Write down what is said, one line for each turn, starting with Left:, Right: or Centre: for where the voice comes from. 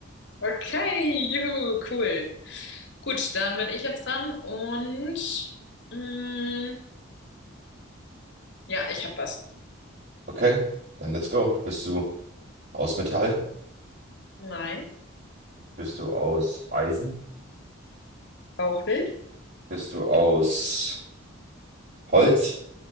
Left: Okay, juhu, cool. Gut, dann bin ich jetzt dran und mh, ja, ich habe was.
Right: Okay, dann let's go. Bist du aus Metall?
Left: Nein,
Right: Bist du aus Eisen?
Left: auch nicht.
Right: Bist du aus Holz?